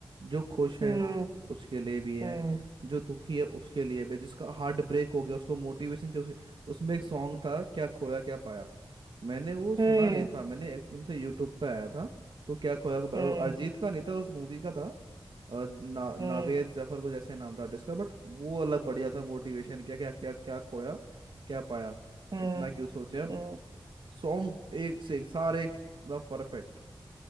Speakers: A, on the right; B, on the right.
A: जो खुश है
B: हम्म
A: उसके लिए भी है
B: हम्म
A: जो दुखी है उसके लिए भी है, जिसका हार्ट ब्रेक हो गया उसको मोटिवेशन चाहिए उसके उसमें एक सॉन्ग था क्या खोया क्या पाया मैंने वो सुना
B: हम्म
A: नहीं था मैंने एकदम से यूट्यूब पे आया था तो क्या खोया खब- अ,
B: हम्म
A: अरिजीत का नहीं था उस मूवी का था अ, ना, नावेद
B: हम्म
A: जफर को जैसे नाम था आर्टिस्ट का बट वो अलग बढ़िया था मोटिवेशन क्या क्या क्या क्या खोया क्या पाया
B: हम्म
A: इतना क्यों सोचे अब
B: हम्म,
A: सॉन्ग एक से एक सारे एक मतलब परफेक्ट